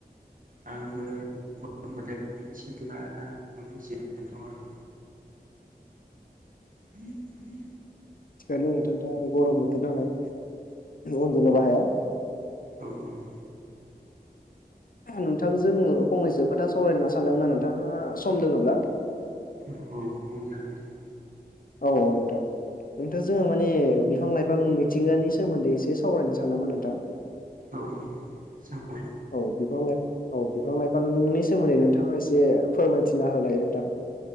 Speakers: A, on the right; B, on the left.
A: आंबो गरम बोथोरनि सिख्लानो ज दं आं उ
B: थखायनोोंथ दा गरम बोथोर नालाय उन्दुनो बाहाया
A: औ औ
B: नोंथांजोंो फंनैसो खोथा सावरायना सानदोंमोना नोंथाङा सम लोङोब्ला
A: औ औ जागोन दे
B: औ औ नोंथां नोंथां जोङो माने बिफां लाइफां मिथिंगानि सोमोन्दै एसे सावरायनो सानदोंमोन नोंथां
A: औ औ जाबाय
B: औ बिफां लाइफ औ बिफां लाइफांनि सोमोन्दै नोंथाङा एसे फोरमायथिना होलाय नोंथां